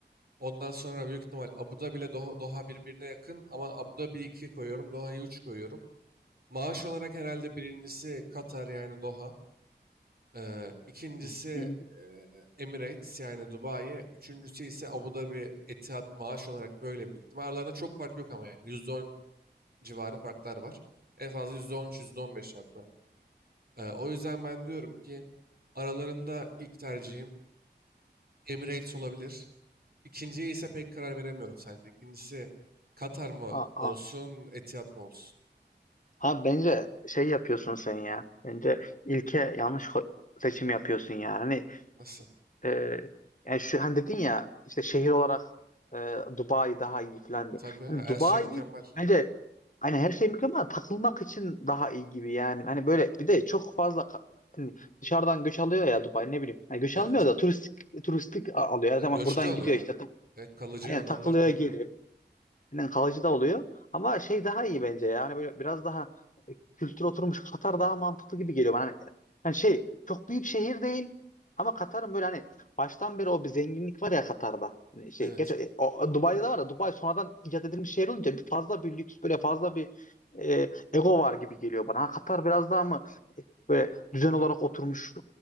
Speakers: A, on the right (about 60°); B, on the left (about 45°).
A: Ondan sonra büyük ihtimal Abu Dhabi ile Doha, Doha birbirine yakın ama Abu Dhabi 2 koyuyorum, Doha'yı 3 koyuyorum. Maaş olarak herhalde birincisi Katar yani Doha. Eee, İkincisi
B: Hı hı.
A: eee, Emirates yani Dubai. Üçüncüsü ise Abu Dhabi, Etihad maaş olarak böyle büyük ihtimal. Aralarında çok fark yok ama yani yüzde on civarı farklar var. En fazla yüzde on, %15 fark var. Eee, o yüzden ben diyorum ki aralarında ilk tercihim Emirates olabilir. İkinciye ise pek karar veremiyorum sence. İkincisi Katar mı
B: Aa,
A: olsun, Etihad mı olsun?
B: Abi bence şey yapıyorsun sen ya. Bence ilke yanlış ho- seçim yapıyorsun ya. Hani
A: Nasıl?
B: e, yani şu hani dedin ya işte şehir olarak e, Dubai daha iyi falan diye.
A: Tabii her
B: Yani Dubai
A: şey mükemmel.
B: bence hani her şey mükemmel ama takılmak için daha iyi gibi yani. Hani böyle bir de çok fazla ka- hani dışarıdan göç alıyor ya Dubai ne bileyim. Hani göç
A: Evet.
B: almıyor da turistik turistik a- alıyor. Tamam
A: Göç
B: buradan
A: de alıyor.
B: gidiyor işte. Ta-
A: Evet, kalıcı
B: Aynen
A: adamlar
B: takılıyor
A: kalıyor.
B: geliyor. Yani kalıcı da oluyor. Ama şey daha iyi bence ya. Hani böyle biraz daha e, kültür oturmuş Katar daha mantıklı gibi geliyor bana. Hani, hani şey çok büyük şehir değil ama Katar'ın böyle hani baştan beri o bir zenginlik var ya Katar'da. Hani şey
A: Evet.
B: geç e, o, o Dubai'de de var da Dubai sonradan icat edilmiş şehir olunca bir fazla bir lüks böyle fazla bir e, ego var gibi geliyor bana. Ha, Katar biraz daha mı e, böyle düzen olarak oturmuş